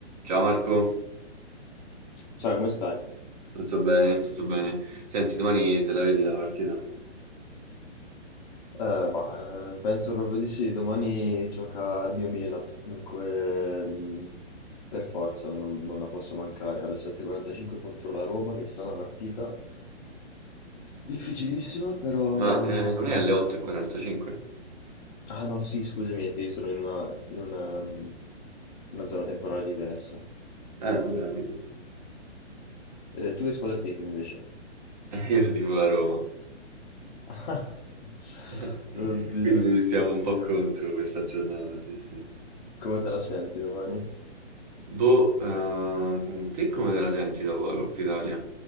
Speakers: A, on the right (about 35°); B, on the left (about 45°).
A: Ciao Marco,
B: Ciao, come stai?
A: tutto bene, tutto bene. Senti, domani te la vedi la partita?
B: Eh, ma, eh, penso proprio di sì, domani gioca il mio Milan, dunque mm, per forza non, non la posso mancare alle 7.45 contro la Roma, che sarà una partita difficilissima, però
A: Ma eh, non è
B: vediamo.
A: alle 8.45?
B: Ah no, sì, scusami, è che io sono in una, in una, mm, una zona temporale diversa.
A: Ah, dove la vedi?
B: Eh, tu che squadra tifi invece?
A: Eh, <laughs> io tifo la Roma,
B: <laughs>
A: <laughs>
B: Oddio,
A: quindi stiamo
B: oddio,
A: un po' contro questa giornata, sì sì.
B: come te la senti domani?
A: Boh, eh, te come te la senti dopo la Coppa Italia?